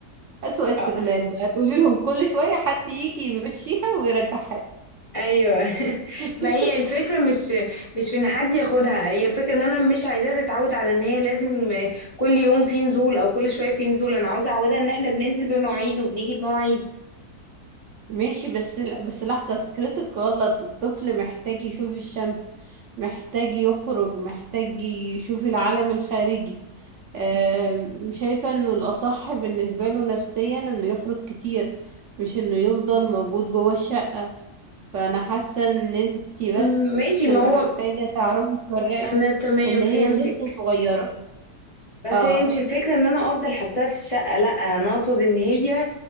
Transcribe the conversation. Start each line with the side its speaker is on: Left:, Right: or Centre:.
Right: اسوأ استغلال
Left: اه
Right: بقى تقولي لهم كل شوية حد يجي يمشيها ويرجعها
Left: ايوه <laughs>
Right: <laughs>
Left: ما هي الفكره مش مش في ان حد ياخدها هي الفكره ان انا مش عايزاها تتعود على ان هي لازم كل يوم في نزول او كل شويه في نزول انا عاوزه اعودها ان احنا بننزل بمواعيد وبنيجي بمواعيد
Right: ماشي بس لا بس لحظة فكرتك غلط الطفل محتاج يشوف الشمس محتاج يخرج محتاج يشوف العالم الخارجي آم، شايفة انه الأصح بالنسبة له نفسيا انه يخرج كتير مش انه يفضل موجود جوه الشمس فانا حاسه ان انتي
Left: م-
Right: بس
Left: ماشي ما
Right: محتاجه
Left: هو
Right: تعرفي تفرقي
Left: انا تمام
Right: ان
Left: فهمتك
Right: هي لسه صغيره
Left: بس
Right: اه
Left: هي مش الفكرة ان انا افضل حبسها في الشقة لا انا اقصد ان هي